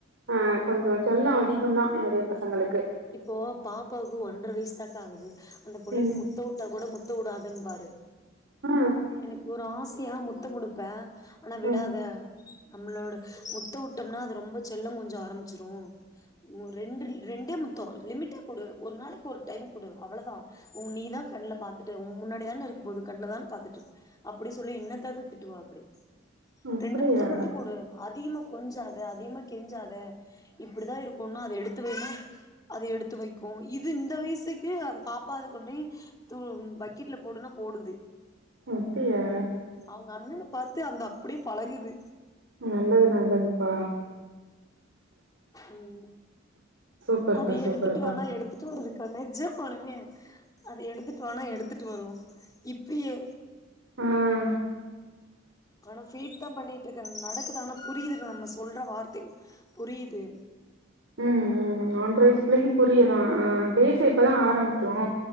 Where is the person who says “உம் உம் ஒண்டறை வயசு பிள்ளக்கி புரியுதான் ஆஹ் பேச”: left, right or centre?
Right